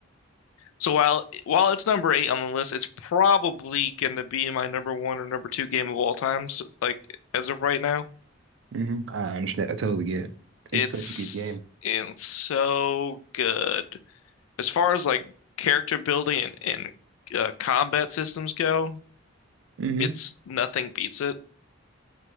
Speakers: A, on the left (about 85°); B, on the right (about 60°).
A: So while while it's number eight on the list, it's probably gonna be my number one or number two game of all time. So, like as of right now,
B: hmm I understand. I totally get it.
A: it's
B: It's such a good game.
A: it's so good. As far as like character building and, and uh, combat systems go,
B: hmm
A: it's nothing beats it.